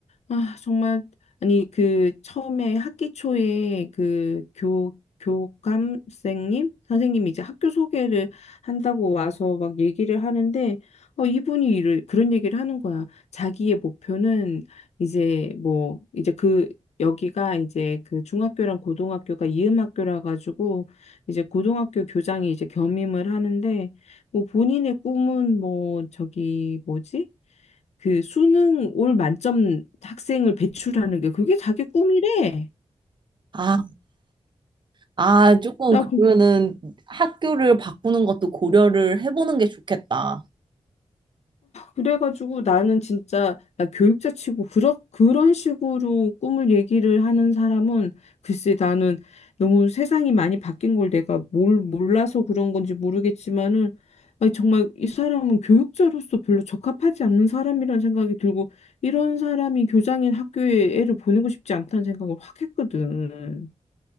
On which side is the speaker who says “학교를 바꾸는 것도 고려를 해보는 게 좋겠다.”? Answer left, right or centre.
Right